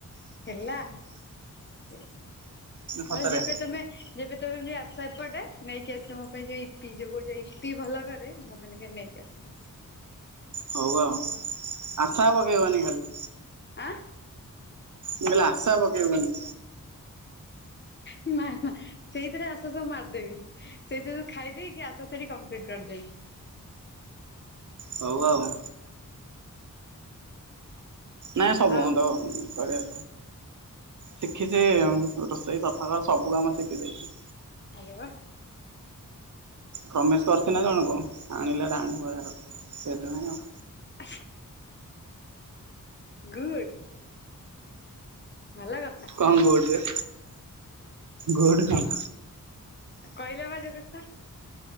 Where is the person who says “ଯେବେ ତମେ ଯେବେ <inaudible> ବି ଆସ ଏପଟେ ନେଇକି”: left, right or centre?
Left